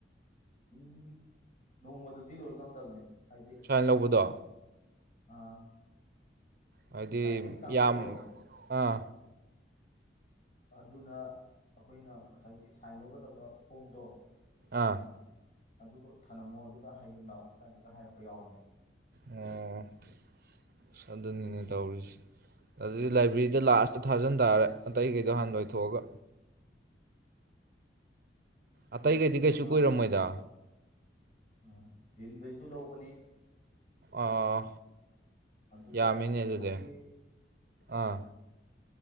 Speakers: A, on the left; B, on the right.
A: ꯎꯝ ꯅꯣꯡꯃꯗꯗꯤ ꯂꯣꯏ ꯉꯝꯗꯕꯅꯦ ꯍꯥꯏꯗꯤ
B: ꯁꯥꯏꯟ ꯂꯧꯕꯗꯣ
A: ꯑꯥ
B: ꯍꯥꯏꯗꯤ
A: ꯂꯥꯏꯕ꯭ꯔꯦꯔꯤ ꯀꯥꯡꯕꯨꯗꯣ
B: ꯌꯥꯝ ꯑꯥ
A: ꯑꯗꯨꯅ ꯑꯩꯈꯣꯏꯅ ꯉꯁꯥꯏꯒꯤ ꯁꯥꯏꯟ ꯂꯧꯒꯗꯕ ꯐꯣꯝꯗꯣ
B: ꯑꯥ
A: ꯑꯗꯨꯒ ꯊꯅꯝꯃꯣ ꯑꯗꯨꯒ ꯍꯌꯦꯡ ꯂꯥꯛꯎ ꯀꯥꯏꯅꯒ ꯍꯥꯏꯔꯛꯄ ꯌꯥꯎꯕꯅꯦꯕ
B: ꯑꯣ ꯑꯁ ꯑꯗꯨꯅꯤꯅꯦ ꯇꯧꯔꯤꯁꯦ ꯑꯗꯨꯗꯤ ꯂꯥꯏꯕ꯭ꯔꯦꯔꯤꯗ
A: ꯎꯝ
B: ꯂꯥꯛꯑꯁꯨ ꯊꯥꯖꯟ ꯇꯥꯔꯦ ꯑꯇꯩꯈꯩꯗꯣ ꯍꯥꯟꯅ ꯂꯣꯏꯊꯣꯛꯑꯒ ꯑꯇꯩꯈꯩꯗꯤ
A: ꯍꯣꯏ ꯑꯇꯩꯒꯤꯗꯣ
B: ꯀꯩꯁꯨ
A: ꯍꯥꯟꯅ
B: ꯀꯨꯏꯔꯝꯃꯣꯏꯗ
A: ꯂꯣꯏꯊꯣꯛ ꯑꯥ ꯗꯤꯟꯗꯩꯁꯨ ꯂꯧꯕꯅꯤ
B: ꯑꯥ
A: ꯑꯗꯨꯒ
B: ꯌꯥꯝꯃꯤꯅꯦ
A: ꯑꯦ
B: ꯑꯗꯨꯗꯤ
A: ꯕ꯭ꯂꯣꯛꯀꯤ
B: ꯑꯥ